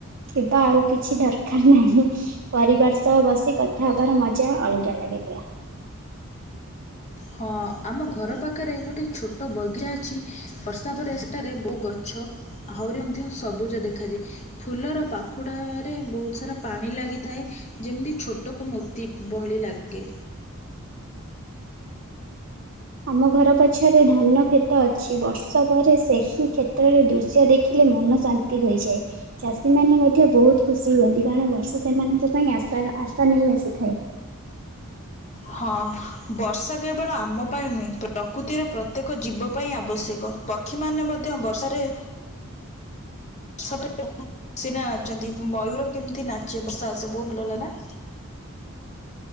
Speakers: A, on the right; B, on the left.
A: ଥିବ ଆଉ କିଛି ଦରକାର ନାହିଁ। ପରିବାର ସହ ବସି କଥା ହବାର ମଜା ଅଲଗା ଲାଗେ ପୁରା।
B: ହଁ ଆମ ଘର ପାଖରେ ଗୋଟେ ଛୋଟ ବଗିରା ଅଛି ବର୍ଷା ପରେ ସେଠାରେ ବହୁ ଗଛ ଆହୁରି ମଧ୍ୟ ସବୁଜ ଦେଖାଯାଏ। ଫୁଲର ପାଖୁଡା ରେ ବହୁତ ସାରା ପାଣି ଲାଗିଥାଏ। ଯେମିତି ଛୋଟ ମୋତି ଭଳି ଲାଗେ।
A: ଆମ ଘର ପଛରେ ଧାନ କ୍ଷେତ ଅଛି ବର୍ଷ ପରେ ସେହି କ୍ଷେତ୍ରରେ ଦୃଶ୍ୟ ଦେଖି ଦେଖିଲେ ମନ ଶାନ୍ତି ହୁଏ। ଚାଷୀ ମାନେ ମଧ୍ୟ ବହୁତ ଖୁସି ହୁଅନ୍ତି କାରଣ ବର୍ଷା ସେମାନଙ୍କ ପାଇଁ ଆଶାର ଆଶା ନେଇ ଆସିଥାଏ।
B: ହଁ ବର୍ଷା କେବଳ ଆମ ପାଇଁ ନୁହେଁ ପ୍ରକୃତିର ପ୍ରତ୍ୟେକ ଜୀବ ପାଇଁ ଆବଶ୍ୟକ ପକ୍ଷୀମାନେ ମଧ୍ୟ ବର୍ଷାରେ ବର୍ଷା ପରେ <inaudible> ସିନା ଅଛନ୍ତି ମୟୂର କେମିତି ନାଚେ ବର୍ଷା ଆସେ ବହୁତ ଭଲ <unintelligible> ନା